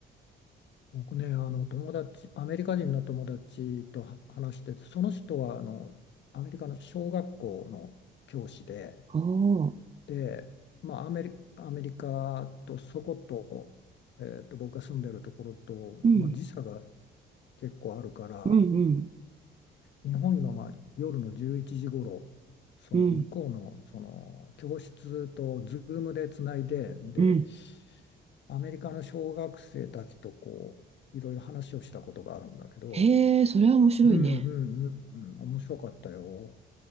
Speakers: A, on the left (about 65°); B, on the right (about 30°).
A: 僕ね、あの友達、アメリカ人の友達とは話してて、その人はあのアメリカの小学校の教師で、
B: おお、
A: で、まあ、アメリ、アメリカとそこと、えーと、僕が住んでるところと、
B: うん、
A: まあ、時差が結構あるから、
B: うん、うん、
A: 日本の、まあ、夜の11時頃、その向こうの、
B: うん、
A: その教室とズームでつないで、で、
B: うん。
A: アメリカの小学生たちとこう、いろいろ話をしたことがあるんだけど、
B: へえ、それは面白いね。
A: うんうんうんうん、面白かったよ。